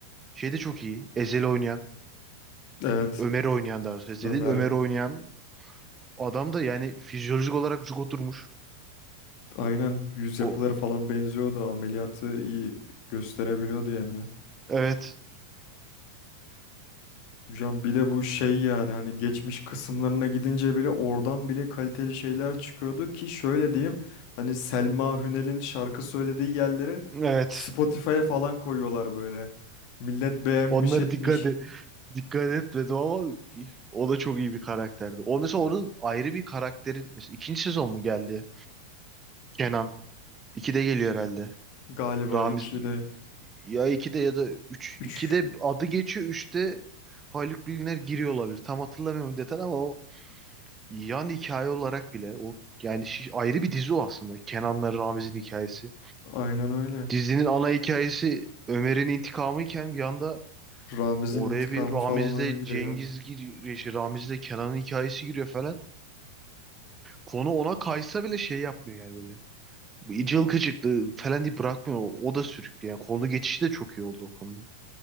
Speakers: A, on the right; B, on the left.
A: şey de çok iyi. Ezel'i oynayan.
B: Evet.
A: Ömer'i oynayan daha doğrusu. Ezel
B: Ömer.
A: değil Ömer'i oynayan Adam da yani fizyolojik olarak cuk oturmuş.
B: Aynen yüz yapıları
A: O.
B: falan benziyordu. Ameliyatı iyi gösterebiliyordu yani.
A: Evet.
B: Hocam bir de bu şey yani hani geçmiş kısımlarına gidince bile oradan bile kaliteli şeyler çıkıyordu ki şöyle diyeyim hani Selma Hünel'in şarkı söylediği yerleri
A: Evet.
B: Spotify'a falan koyuyorlar böyle. Millet beğenmiş
A: Onlara
B: etmiş
A: dikkat et, dikkat etmedim ama o da çok iyi bir karakterdi. O mesela onun ayrı bir karakterin mesela ikinci sezon mu geldi? Kenan. İkide geliyor herhalde.
B: galiba
A: Ramiz
B: iki de
A: ya ikide ya da üç.
B: üç
A: İkide adı geçiyor. Üçte Haluk Bilginer giriyor olabilir. Tam hatırlamıyorum detay ama o yan hikaye olarak bile o yani şi- ayrı bir dizi o aslında. Kenan'la Ramiz'in hikayesi.
B: aynen öyle.
A: Dizinin ana hikayesi Ömer'in intikamı iken bir anda
B: Ramiz'in
A: oraya
B: intikamı
A: bir Ramiz'le
B: falan öyle giriyor.
A: Cengiz giriyor, şey, Ramiz'le Kenan'ın hikayesi giriyor falan. Konu ona kaysa bile şey yapmıyor yani böyle. Bu ıcıl falan diye bırakmıyor. O o da sürüklüyor. Yani konu geçişi de çok iyi oldu o konuda.